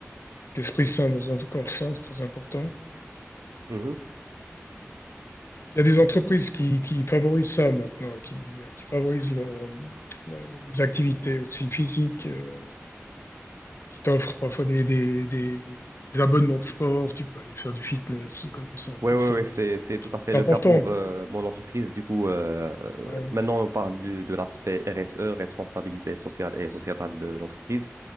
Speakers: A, on the left; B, on the right.
A: Donc, esprit sain dans un corps sain, c'est très important.
B: Mhm.
A: Il y a des entreprises qui, qui favorisent ça maintenant, qui, qui favorisent le- le- les activités aussi physiques, euh, qui t'offrent parfois des, des- des- des- des abonnements de sport, tu peux aller faire du fitness comme ça, ça
B: Oui, oui,
A: c'est
B: oui, c'est, c'est tout à fait
A: c'est
B: le
A: important.
B: cas pour euh, mon entreprise. Du coup, euh, euh,
A: Ouais,
B: maintenant, on parle du- de l'aspect RSE, responsabilité sociale et sociétale de l'entreprise.